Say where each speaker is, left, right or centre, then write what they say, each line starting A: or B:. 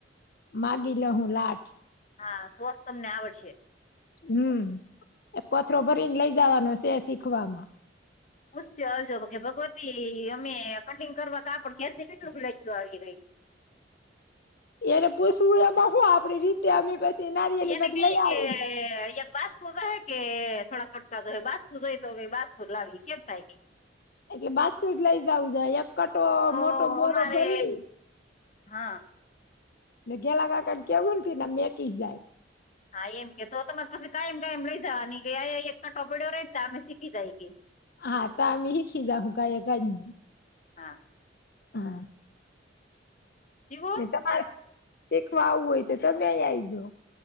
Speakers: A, on the left; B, on the left.
A: માગી લે હું લાઠ
B: હા તોજ તમને આવડશે.
A: હમ્મ કોથરો ભરીને લઈ જવાનો છે શીખવામાં.
B: પૂસત્યોં આવજો કે ભગવતી અમે કટિંગ કરવા કાપડ ઘેરથી કેટલું લખું આવી ગઈ.
A: એને પૂછવું એમાં હું આપડી રીતે અમે <unintelligible>
B: એને
A: માંથી
B: કઈ
A: લઈ આવી
B: કે <unintelligible> <unintelligible> હે કે થોડા કટકા ઘરે બાસ પૂજો એ તો હવે બાસ <unintelligible> કેમ થાય ની.
A: એટલે બાસ તું જ લઈ જાવું જોય એક કટો
B: તો
A: મોટો બોરો
B: અમારે
A: ભરી
B: હા
A: મે ઘેલા કાકાને કેવુંન ને ના મેકી જાય.
B: હા એમ કે તો હુતો મે પછી કાયમ કઈ લઈ જવાની ગઈ આ એક ટો <unintelligible> રહીને અમે શીખી જાયેગી.
A: હા તો હમે હીકી જહુ <unintelligible>
B: હા.
A: હા.
B: એવું
A: કે તમારે શીખવા આવું હોય તો તમે આઈજો.